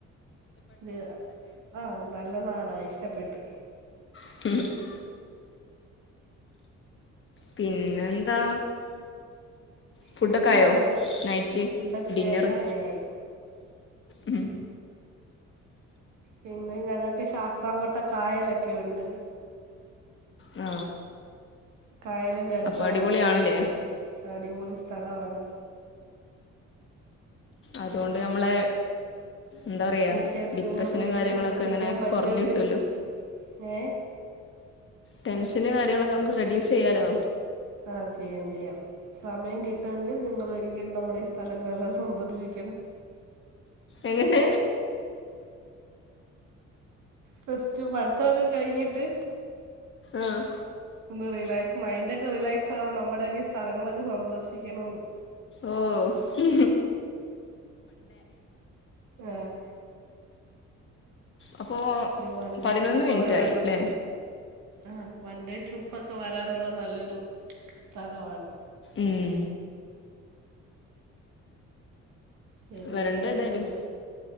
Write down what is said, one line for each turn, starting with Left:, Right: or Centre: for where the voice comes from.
Right: ഒരു ആ നല്ല നാടായി ഇഷ്ടപ്പെട്ട്.
Left: <inaudible> പിന്നെന്താ ഫുഡൊക്കെ
Right: പിന്നെന്തുവാ
Left: ആയോ നൈറ്റ്
Right: ഫുഡൊക്കെ
Left: ഡിന്നറ്.
Right: ആയി ആയി ആയി
Left: ഉം
Right: പിന്നെ ഞങ്ങൾക്ക് ശാസ്താം കൊട്ട കായലൊക്കെ യുണ്ട്.
Left: ആ
Right: കായലിൻ്റെ അടുത്താണ്
Left: അപ്പൊ അടിപൊളിയാണല്ലേ
Right: ഞങ്ങളുടെ വീട് അടിപൊളി സ്ഥലമണ്.
Left: അതോണ്ട് നമ്മളെ ന്താ പറയാ
Right: തീർച്ചയായിട്ടും
Left: ഡിപ്രഷനും
Right: നിങ്ങൾക്കൊരിക്കൽ
Left: കാര്യങ്ങളൊക്കെ
Right: സന്ദർശിക്കാൻ
Left: അങ്ങനെ
Right: പറ്റുമെങ്കിൽ
Left: കൊറഞ് കിട്ടൊ ല്ലോ.
Right: ഏ
Left: ടെൻഷനും കാര്യങ്ങളൊക്കെ നമുക്ക് റെഡ്യൂസയ്യാലോ.
Right: ആഹ് ചെയ്യാം ചെയ്യാം സമയം കി ട്ടെങ്കിൽ നിങ്ങളോരിക്കേൽ നമ്മുടെ ഈ സ്ഥലങ്ങളെല്ലാം സന്ദർശിക്കണം.
Left: എങ്ങനെ
Right: ഫസ്റ്റ് പഠിത്തോക്കെ കഴിഞ്ഞിട്ട്.
Left: ആഹ്
Right: ഒന്ന് റിലാക്സ് മൈൻഡോക്കെ റിലാക്സ് ആവാൻ നമ്മുടെയൊക്കെ ഈ സ്ഥലങ്ങളൊക്കെ സന്ദോശിക്കണോന്ന്.
Left: ഓഹ്
Right: ആഹ്
Left: അപ്പോ
Right: ഒരു വൺ ഡേ
Left: പതിനൊന്ന്
Right: ട്രിപ്പ്
Left: മിനിറ്റ്
Right: വാരനാണ്ലൊ.
Left: ആയി ല്ലേ
Right: ആഹ് വൺ ഡേ ട്രിപ്പ് ഒക്കെ വരാനുള്ള നല്ലൊരു സ്ഥലമാണ്.
Left: ഉം
Right: പിന്നെ
Left: വരണ്ട്‌
Right: വേറെ
Left: ഏതായാലും.
Right: എന്താണ്